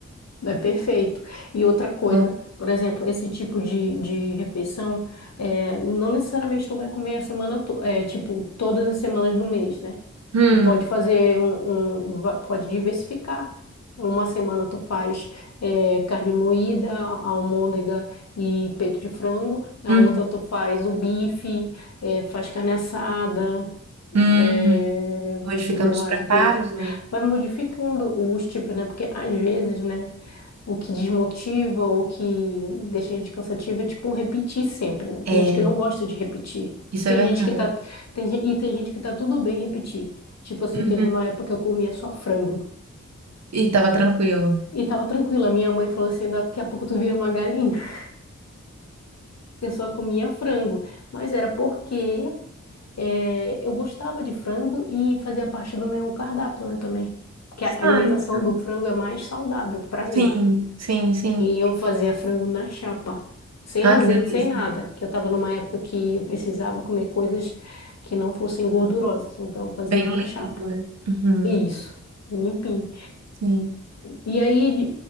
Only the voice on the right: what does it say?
Bom.
Hum,
hum,
hum.
Modificando
os preparos,
né?
É,
isso
é verdade.
Uhum.
E tava tranquilo.
Ah,
então.
Sim,
sim, sim.
Ah,
que delícia.
Bem
limpo,
né? Uhum,
sim.